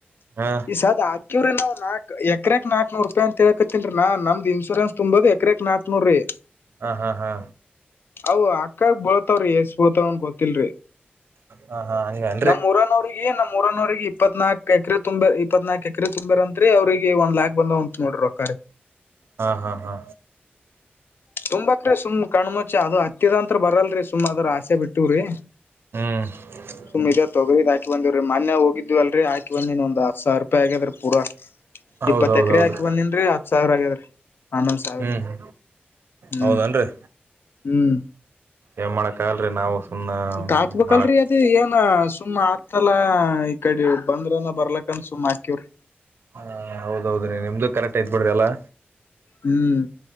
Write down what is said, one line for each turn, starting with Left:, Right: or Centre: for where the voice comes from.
Right: ಹಾ
Left: ಈಸದ ಕಿವವ್ರ ನಾಕ್ಕಕ್ ನಾಕ ನೂ ರೂಪಾಯಿ ಅಂತೇಳ್ಕತೇನ್ರಿ ನಮ್ದ್ ಇನ್ಶೂರೆನ್ಸ್ ತುಂಬೋದ ಎಕಾಕ್ ನಾಕ ನೂರ ರೀ
Right: ಹಾ ಹಾ ಹಾ
Left: ಅ್ ಅಕ್ಕಕ್ ಬೋಳತವ್ರೀ ಎಷ್ಟಸ್ ಬೋತಾವನ್ ಗೊತ್ತಿಲ್ರರಿ
Right: ಹಾ ಹಾ ಹಂಗ
Left: ನಮ್ಮ್ೂಊನವ್ರಿಗೆ ನಮ್ಮ್ೂಊನವ್ರರಿಗೆ ಇಪ್ಪತ್ ನಾಕು ಎಕರೆ ತುಂಬಾ ಇಪ್ಪತ್ನಾಕಕ್ ಎಕರೆ ತುಂಬಾರ ಅಂತ್ ಅವರಿಗೆ ಒಂದ ಲಾಕ್ ಬಂದಂತ ನೋ್ರಿ ರಕರೆ
Right: ಹಾ ಹಾ ಹಾ
Left: ಸು್ಾಕ್ರೀ ಸುಮ್ ಕಣ್ಮುಚ್ಚ ಅದು ಹತ್ತಿದಂತ್ರ ಬರಲ್ರರಿ ಸುಮ್ ಅದ್ರ ಆಸೆ ಬಿಟ್ಟವ್ರೀ
Right: ಹ್ಮ
Left: ಸುಮ್ಮ್ ಇದದೆ ತಗಿದ್ ಹಾಕ ಬಂದಿವ್ರೀ ಮೊನ್ೆ ಹೋಗಿದ್ವಲ್ರಿ ಆಕ ಬಂದ್ಿನ್ ಒಂದ ಹ ಸಾವರ ರೂಪಾಯಿ ಆಗ್ಯ್ರೀ ಪೂಾ
Right: ಹೌದೌದೌದು
Left: ಇಪ್ಪತ್ತು ಎಕರೆ ಹಾಕಿ ಬಂದನ್ರಿ ಹತ್ ಸಾವಿರ ಆಗ್ಯದ್ರರಿ ಹನ್ನೊಂದ್ ಸಾವಿರ
Right: ಹ್ಮ
Left: ಹ್ಮ್
Right: ಹೌದೇನ್ರಿ
Left: ಹ್ಮ್
Right: ಏನ್ ಮಾಡಕ್ ಆಲ್ರರಿ ನಾವು ಸುಮ್ನ
Left: ಹಾಕ್ಬೇಕಲ್ರರಿ
Right: ಮಾಡಕ್
Left: ಅದ ಏನ್ ಸುಮಮ್ಮ್ ಆತಲ್ಲಾ ಕಡೆ ಬಂದ್ರನ ಬರ್ಲಕ್ಕ ಅನ್ಸು್ ಆಕ್ಯವ್ರರು
Right: ಹ ಹೌದೌದ್ರೀ ನಿಮ್ದು ಕರೆಕ್ಟ್ ಯ್ ಬಿಡ್ರಿಲ್ಲಾ
Left: ಹ್ಮ್